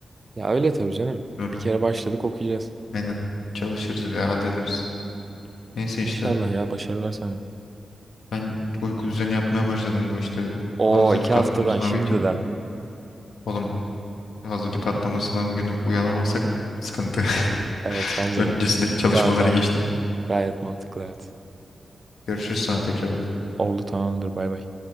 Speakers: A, on the right (about 40°); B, on the left (about 80°).
A: Ya öyle tabii canım.
B: <laughs>
A: Bir kere başladık okuyacağız.
B: Aynen. Çalışırız ya hallederiz. Neyse
A: İnşallah
B: işte
A: ya başarılar sana.
B: ben uyku düzeni yapmaya başladım bu işte
A: Oo
B: hazırlık
A: iki haftadan
B: atlama sınavı
A: şimdiden.
B: için. Oğlum hazırlık atlama sınavı günü uyanamazsak sıkıntı. <laughs>
A: Evet bence
B: Öncesindeki
A: de.
B: çalışmaları
A: Tamam tamam.
B: geçtim.
A: Gayet mantıklı evet.
B: Görüşürüz sonra tekrar.
A: Oldu tamamdır bay bay.